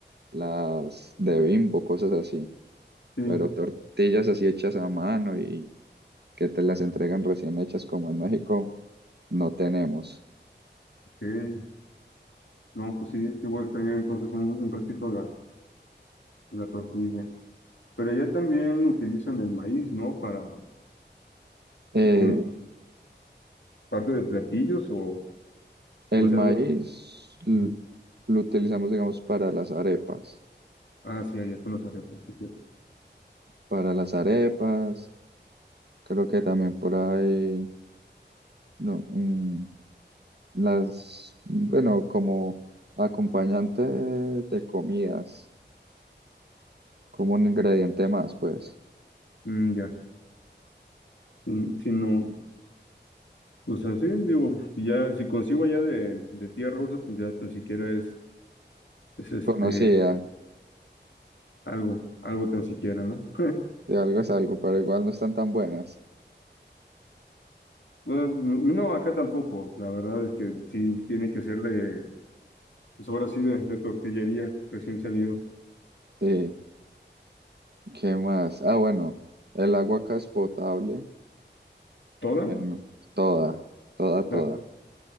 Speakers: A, on the right; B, on the left.
A: las de Bimbo, cosas así.
B: Sí,
A: Pero tortillas así hechas a mano y que te las entregan recién hechas como en México, no tenemos.
B: ok. No, pues sí, sí voy a extrañar entonces un, un ratito la, la tortilla. Pero allá también utilizan el maíz, ¿no? Para,
A: Eh,
B: como parte de platillos o
A: El
B: pues
A: maíz
B: algo.
A: l-
B: Ujú.
A: lo utilizamos, digamos, para las arepas.
B: Ah, sí, allá con los arepas. sí, sí.
A: Para las arepas, creo que también por ahí, no, mm, las, bueno, como acompañante de comidas, como un ingrediente más, pues,
B: Mm, ya. Mm, si no, pues así digo, si ya, si consigo allá de, de tía Rosa, pues ya tan siquiera es, es este.
A: conocida,
B: Algo, algo tan siquiera, ¿no? <laughs>
A: de algo es algo, pero igual no están tan buenas.
B: No, no, acá tampoco. La verdad es que sí tiene que ser de, pues ahora sí, de, de tortillería recién salido.
A: Sí, ¿qué más? Ah, bueno, el agua acá es potable,
B: ¿Toda?
A: en
B: O
A: toda, toda,
B: sea,
A: toda.